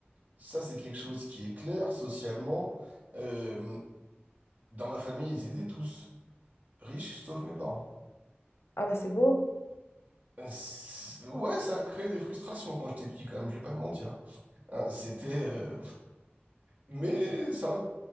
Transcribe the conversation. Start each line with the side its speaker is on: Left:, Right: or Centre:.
Right: ça c'est quelque chose qui est clair socialement. Euh, dans ma famille, ils étaient tous riches, sauf mes parents.
Left: Ah, ben c'est beau.
Right: C'est- Ouais, ça a créé des frustrations quand j'étais petit, quand même, je vais pas te mentir. Hein, c'était... euh, Mais ça m'a...